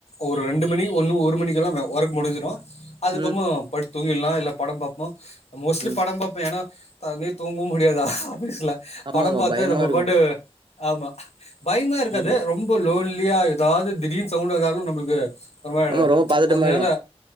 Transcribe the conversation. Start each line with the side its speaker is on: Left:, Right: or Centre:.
Left: ஒரு ரெண்டு மணி ஒண்ணு ஒரு மணிக்கு எல்லாம் ஒர்க்கு முடிஞ்சிடும் அதுக்கப்புறம்
Right: ம்
Left: படுத்து தூங்கிடலா இல்ல படம் பாப்போம் மோஸ்ட்லி
Right: ம்
Left: படம் பார்ப்பே ஏன்னா தூங்கவும் முடியாதா ஆபீஸ்ல
Right: ஆமாமா
Left: படம் பார்த்தா
Right: பயமா
Left: நம்ம
Right: இருக்கு
Left: போட்டு ஆமா பயமா இருக்காது
Right: ம்
Left: ரொம்ப லோன்லியா ஏதாவது திடீரினு சவுண்ட் இருந்தாலு நம்மளுக்கு அப்புறம்
Right: ஆமா ரொம்ப பதட்டமாயிடு
Left: அதனால